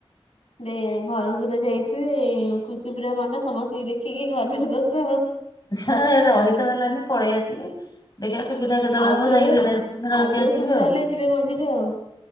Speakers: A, on the left; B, on the left.
A: ତେ ଘରକୁ ତ ଯାଇଥିବେ ଖୁସି ପୁରା ମନ, ସମସ୍ତଙ୍କୁ ଦେଖିକି ଘର ଲୋକଙ୍କୁ ଆଉ।
B: ହଁ ରହିତ ହେଲାନି, ପଳେଇ ଆସିଲି। ଦେଖିବା ସୁବିଧା କେତେବେଳେ
A: ଆଉ
B: ହବ
A: କେବେ
B: ଯାଇକି ଦିନେ ଦିଦିନ ରହିକି
A: ଆଉ କେବେ
B: ଆସିବି
A: ସୁବିଧା
B: ଆଉ।
A: ହେଲେ ଯିବେ ମଝିରେ ଆଉ।